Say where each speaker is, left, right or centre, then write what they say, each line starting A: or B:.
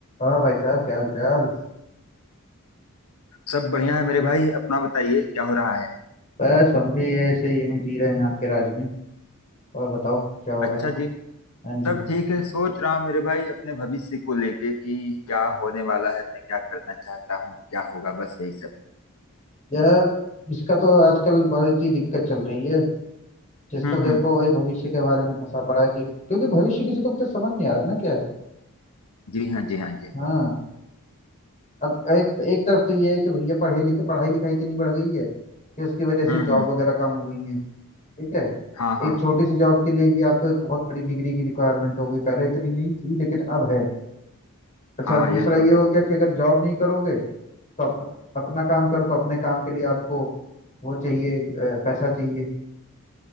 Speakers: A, on the left; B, on the left.
A: और भाई साहब क्या हाल चाल
B: सब बढ़िया है मेरे भाई अपना बताइए क्या हो रहा है
A: बस हम भी ऐसे ही हैं जी रहे हैं आपके राज में और बताओ क्या हो
B: अच्छा
A: रहा है
B: जी
A: हाँ जी
B: सब ठीक है सोच रहा हूँ मेरे भाई अपने भविष्य को लेके कि क्या होने वाला है मैं क्या करना चाहता हूँ क्या होगा बस यही सब
A: यार इसका तो आजकल बहुत ही दिक्कत चल रही है जिसको
B: हम्म
A: देखो
B: हम्म
A: वही भविष्य के बारे में फंसा पड़ा है कि क्योंकि भविष्य किसी को तो समझ नहीं आ रहा ना क्या है
B: जी हाँ जी हाँ जी हाँ।
A: हाँ अब एक एक तरफ तो ये है कि भैया पढ़े लिखे पढ़ाई लिखाई इतनी बढ़ गई है कि उसकी वजह से
B: हम्म
A: जॉब
B: हम्म
A: वगैरह कम हो गई है ठीक है
B: हाँ हाँ
A: एक छोटी सी जॉब के लिए भी आपको एक बहुत बड़ी डिग्री की रिक्वायरमेंट हो गई पहले इतनी नहीं थी लेकिन अब है अच्छा
B: हाँ हाँ
A: दूसरा
B: यह
A: ये
B: तो
A: हो
B: है
A: गया कि अगर जॉब नहीं करोगे तो अपना अपना काम करो तो अपने काम के लिए आपको वो चाहिए अ, पैसा चाहिए